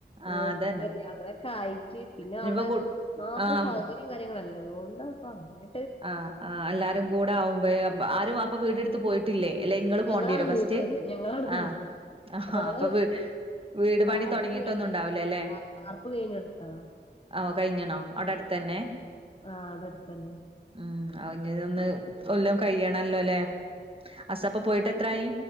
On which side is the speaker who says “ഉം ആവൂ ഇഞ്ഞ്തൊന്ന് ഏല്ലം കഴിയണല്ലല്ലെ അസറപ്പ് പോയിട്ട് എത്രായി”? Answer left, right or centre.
Right